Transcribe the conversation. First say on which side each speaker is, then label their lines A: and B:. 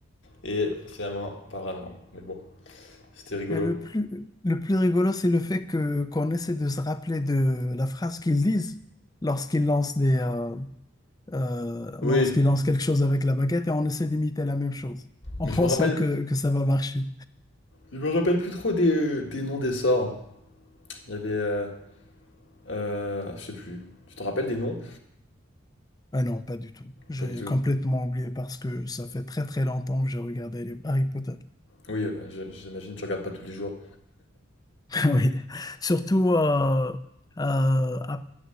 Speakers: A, on the left; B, on the left.
A: Et finalement, pas vraiment. Mais bon, c'était rigolo.
B: Et le plus, le plus rigolo, c'est le fait que qu'on essaie de se rappeler de la phrase qu'ils disent lorsqu'ils lancent des, euh, euh,
A: Oui,
B: lorsqu'il lance quelque chose avec la baguette et on essaie d'imiter la même chose en
A: mais
B: <laughs> pensant
A: je me rappelle,
B: que, que ça va marcher.
A: je me rappelle plus trop des, des noms des sorts. Il y avait, euh, euh, je sais plus. Tu te rappelles des noms?
B: Ah non, pas du tout. J'ai
A: Pas du tout.
B: complètement oublié parce que ça fait très très longtemps que j'ai regardé les Harry Potter.
A: Oui, euh, je- j'imagine que tu regardes pas tous les jours.
B: <laughs> Oui, surtout, euh, euh, ap-